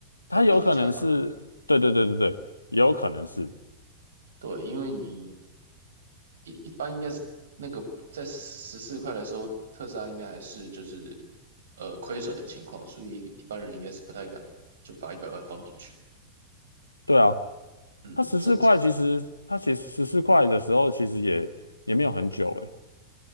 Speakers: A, on the left (about 85°); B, on the right (about 70°).
A: 他有可能是，
B: 分批加码。
A: 对对对对对，也有可能是。
B: 对，因为你一一般应该是那个在十四块的时候，特斯拉应该还是就是呃亏损的情况，所以一般人应该是不太敢就把一百万放进去。
A: 对啊，
B: 嗯，
A: 他十四块其实他其实十四块的时候其实也也没有很久诶，
B: 正常。